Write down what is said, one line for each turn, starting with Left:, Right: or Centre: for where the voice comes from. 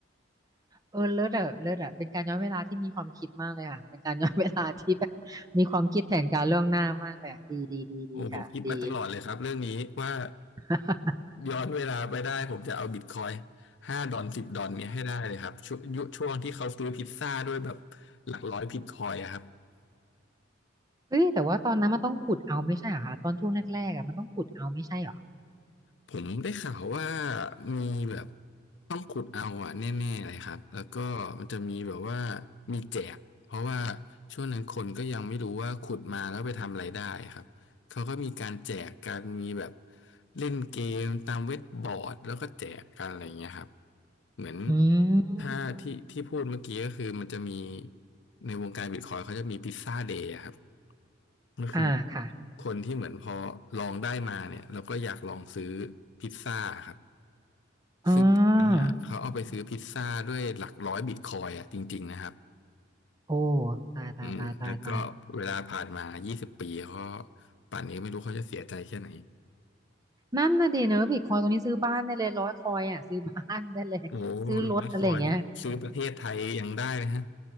Right: เออเลิศอะเลิศอะเป็นการย้อนเวลาที่มีความคิดมากเลยค่ะเป็นการย้อนเวลาที่แบบมีความคิดแผนการล่วงหน้ามากเลยอะดีดีดีดีค่ะดี
Left: โอ้ผมคิดมาตลอดเลยครับเรื่องนี้ว่า
Right: <laughs>
Left: ย้อนเวลาไปได้ผมจะเอาบิตคอยห้าดอนสิบดอนเนี้ยให้ได้เลยครับช่วงยุคช่วงที่เขาซื้อพิซซ่าด้วยแบบหลักร้อยบิตคอยอะครับ
Right: เฮ้ยแต่ว่าตอนนั้นมันต้องขุดเอาไม่ใช่เหรอคะตอนช่วงแรกๆอะมันต้องขุดเอาไม่ใช่เหรอ
Left: ผมได้ข่าวว่ามีแบบต้องขุดเอาอะแน่ๆเลยครับแล้วก็มันจะมีแบบว่ามีแจกเพราะว่าช่วงนั้นคนก็ยังไม่รู้ว่าขุดมาแล้วไปทำอะไรได้ครับเขาก็มีการแจกกันมีแบบเล่นเกมตามเว็บบอร์ดแล้วก็แจกกันอะไรอย่างเงี้ยครับเหมือน
Right: อืม
Left: ถ้าที่ที่พูดเมื่อกี้ก็คือมันจะมีในวงการบิตคอยเขาจะมีพิซซ่าเดย์ครับ ก็คือ
Right: อ่าค่ะ
Left: คนที่เหมือนพอลองได้มาเนี่ยแล้วก็อยากลองซื้อพิซซ่าครับ
Right: อ่า
Left: ซึ่งเนี่ยเขาเอาไปซื้อพิซซ่าด้วยหลักร้อยบิตคอยน์อ่ะจริงๆนะครับ
Right: โอ้ตายตายตายตายตาย
Left: อืมแล้วก็เวลาผ่านมายี่สิบปีเขาป่านนี้ไม่รู้เขาจะเสียใจแค่ไหน
Right: นั่นน่ะดีเนอะบิตคอยตัวนี้ซื้อบ้านได้เลยร้อยคอยอะซื้อบ้านได้เลยซื้อรถอะไรอย่างเงี้ย
Left: โอ้โหร้อยคอยน์ซื้อประเทศไทยยังได้นะฮะ